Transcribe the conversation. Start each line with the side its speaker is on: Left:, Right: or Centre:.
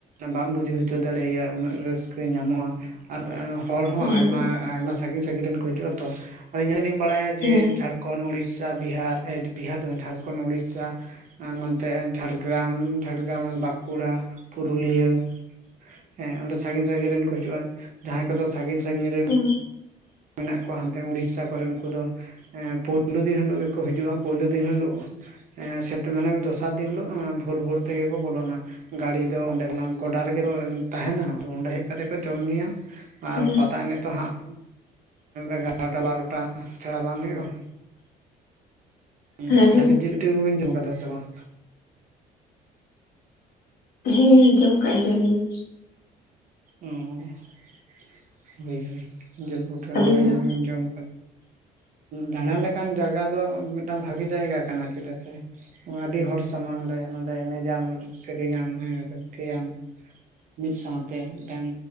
Right: ᱵᱟᱢ ᱵᱩᱡᱷᱟᱹᱣ ᱦᱚᱪᱚ ᱫᱟᱲᱮᱭᱟᱭᱟ ᱩᱱᱟᱹᱜ ᱨᱟᱹᱥᱠᱟᱹ ᱧᱟᱢᱚᱜᱼᱟ ᱟᱨ ᱦᱚᱲ ᱦᱚᱸ
Left: ᱦᱮᱸ
Right: ᱟᱭᱢᱟ ᱟᱭᱢᱟ ᱥᱟᱺᱜᱤᱧ ᱥᱟᱺᱜᱤᱧ ᱨᱤᱱ ᱠᱚ ᱦᱤᱡᱩᱜᱼᱟ ᱛᱚ ᱟᱫᱚ ᱤᱱᱟᱹ ᱦᱚᱞᱤᱧ ᱵᱟᱲᱟᱭᱟ
Left: ᱦᱮᱸ
Right: ᱡᱮ ᱡᱷᱟᱨ ᱠᱷᱚᱸᱰ ᱩᱰᱤᱥᱟ ᱵᱤᱦᱟᱨ ᱮᱰ ᱵᱤᱦᱟᱨ ᱫᱚ ᱵᱟᱝ ᱡᱷᱟᱨᱠᱷᱚᱸᱰ ᱩᱰᱤᱥᱟ᱾ ᱟᱨ ᱱᱚᱛᱮ ᱡᱷᱟᱲᱜᱨᱟᱢ ᱡᱷᱟᱲᱜᱨᱟᱢ ᱵᱟᱠᱩᱲᱟ ᱯᱩᱨᱩᱞᱤᱭᱟᱹ ᱦᱮᱸ ᱚᱸᱰᱮ ᱥᱟᱺᱜᱤᱧ ᱥᱟᱺᱜᱤᱧ ᱨᱤᱱ ᱠᱚ ᱦᱤᱡᱩᱜᱼᱟ ᱡᱟᱦᱟᱸᱭ ᱠᱚᱫᱚ ᱥᱟᱺᱜᱤᱧ ᱥᱟᱺᱜᱤᱧ ᱨᱮᱱ
Left: ᱦᱩᱸ
Right: ᱢᱮᱱᱟᱜ ᱠᱚᱣᱟ ᱦᱟᱱᱛᱮ ᱩᱰᱤᱥᱟ ᱠᱚᱨᱮᱱ ᱩᱱᱠᱩ ᱫᱚ ᱮᱸ ᱯᱩᱭᱞᱩ ᱫᱤᱱ ᱦᱤᱞᱚᱜ ᱜᱮᱠᱚ ᱦᱤᱡᱩᱜᱼᱟ ᱯᱩᱭᱞᱩ ᱫᱤᱱ ᱦᱤᱞᱚᱜ ᱮᱸ ᱥᱮᱛ ᱢᱟᱱᱮ ᱫᱚᱥᱟᱨ ᱫᱤᱱ ᱦᱤᱞᱚᱜ ᱵᱷᱚᱨ ᱵᱷᱚᱨ ᱛᱮᱜᱮ ᱠᱚ ᱵᱚᱞᱚᱱᱟ᱾ ᱜᱟᱰᱤ ᱫᱚ ᱚᱸᱰᱮ ᱞᱟᱝ ᱜᱚᱰᱟ ᱨᱮᱜᱮ ᱛᱟᱦᱮᱱᱟ ᱚᱸᱰᱮ ᱦᱮᱡ ᱠᱟᱛᱮᱜ ᱠᱚ ᱡᱚᱢ ᱧᱩᱭᱟ᱾ ᱟᱨ ᱯᱟᱛᱟ
Left: ᱦᱮᱸ ᱦᱮᱸ
Right: ᱮᱱᱮᱡ ᱛᱳ ᱦᱟᱸᱜ ᱮᱜᱟᱨᱴᱟ ᱵᱟᱨᱚᱴᱟ ᱪᱷᱟᱲᱟ ᱵᱟᱝ ᱦᱩᱭᱩᱜᱼᱟ? ᱩᱸ
Left: ᱦᱮᱸ
Right: ᱛᱟᱦᱞᱮ ᱡᱤᱞ ᱯᱤᱴᱷᱟᱹ ᱠᱚᱵᱮᱱ ᱡᱚᱢ ᱟᱠᱟᱫᱟ ᱥᱮ ᱵᱟᱝ?
Left: ᱦᱮᱸ ᱡᱚᱢ ᱟᱠᱟᱜ ᱜᱮᱭᱟᱞᱤᱧ᱾
Right: ᱚᱸ ᱦᱚᱭ ᱡᱤᱞ ᱯᱤᱴᱷᱟᱹ
Left: ᱟᱹᱵᱤᱱ
Right: ᱦᱩᱧ
Left: ᱫᱚ
Right: ᱡᱚᱢᱼᱼ ᱫᱟᱬᱟ ᱞᱮᱠᱟᱱ ᱡᱟᱜᱟ ᱫᱚ ᱢᱤᱫᱴᱟᱝ ᱵᱷᱟᱜᱤ ᱡᱟᱭᱜᱟ ᱠᱟᱱᱟ᱾ ᱪᱮᱫᱟᱜ ᱥᱮᱼᱼ ᱟᱹᱰᱤ ᱦᱚᱲ ᱥᱟᱢᱟᱝ ᱨᱮ ᱱᱚᱸᱰᱮ ᱮᱱᱮᱡᱟᱢ ᱥᱮᱨᱮᱧᱟᱢ ᱦᱮᱸ ᱨᱟᱹᱥᱠᱟᱹᱭᱟᱢ᱾ ᱢᱤᱫ ᱥᱟᱶᱛᱮ ᱢᱤᱫᱴᱟᱝ